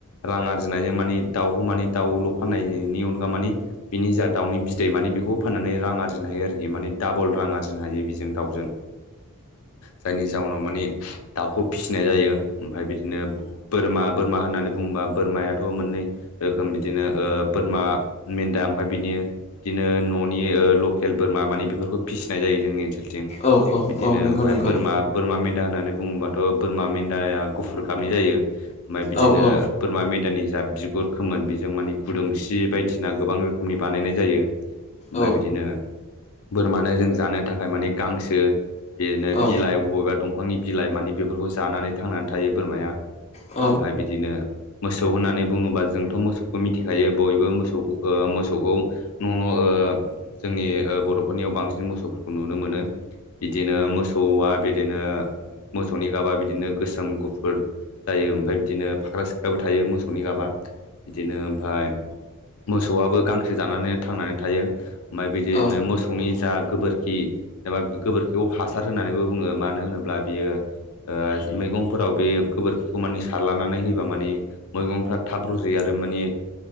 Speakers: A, on the left (about 75°); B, on the left (about 30°).
A: रां आरजिनायजों माने दाउखौ माने दाउल' फाननायनि अनगा माने बिनि जा दाउनि बिदै माने बेखौ फाननानै रां आरजिनो हायो आरोखि। माने डाबल रां आरजिनो हायो बिजों दाउजों। जायनि जाउनाव मानि दाउखौ फिसिनाय जायो। ओमफ्राय बिदिनो बोरमा बोरमा होननानै बुङोबा बोरमायाथ' मोननै रोखोम बिदिनो बोरमा मेन्दा ओमफ्राय बिदि बिदिनो न'नि लकेल बोरमा मानि बेफोरखौ फिसिनाय जायो जोंनि ओनसोल थिं।
B: औ औ
A: बिदिनो
B: औ नंगौ
A: ओमफ्राय
B: नंगौ
A: बोरमा बोरमा मेन्दा होननानै बुङोबाथ' बोरमा मेन्दाया गुफुर गाबनि जायो। ओमफ्राय बिदिनो
B: औ औ
A: बोरमा मेन्दानि जा बिगुर खोमोन बेजों मानि गुदुंसि बायदिसिना गोबां रोखोमनि बानायनाय जायो। ओमफ्राय
B: औ
A: बिदिनो बोरमानो जों जानो थाखाय मानि गांसो बिदिनो
B: औ
A: बिलाइ बबेबा दंफांनि बिलाइ माने बेफोरखौ जानानै थांनानै थायो बोरमाया।
B: औ
A: ओमफ्राय बिदिनो मोसौ होननानै बुङोबा जोंथ' मोसौखौ मिथिखायो बयबो मोसौ मोसौखौ न' न' जोंनि बर'फोरनियाव बांसिन मोसौफोरखौ नुनो मोनो। बिदिनो मोसौआ बिदिनो मोसौनि गाबा बिदिनो गोसोम, गुफुर जायो। ओमफ्राय बिदिनो फाख्रा सिख्राबो थायो मोसौनि गाबा बिदिनो ओमफ्राय मोसौआबो गांसो जानानै थांनानै थायो। ओमफ्राय बिदिनो
B: औ
A: मोसौनि जा गोबोरखि जेनेबा गोबोरखिखौ हासार होननानैबो बुङो। मानो होनोब्ला बेयो ओ मैगंफोराव बे गोबोर खिखौ मानि सारलानानै होयोबा माने मैगंफ्रा थाब रजयो आरो माने